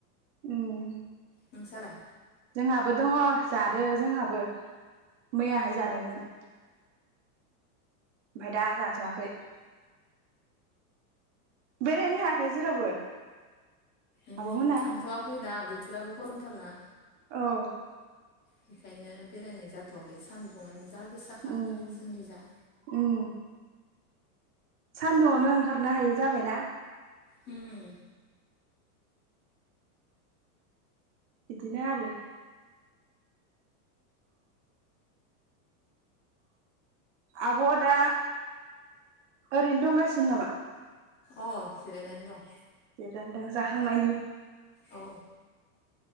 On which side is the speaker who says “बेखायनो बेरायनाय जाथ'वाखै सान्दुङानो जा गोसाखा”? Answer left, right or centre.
Left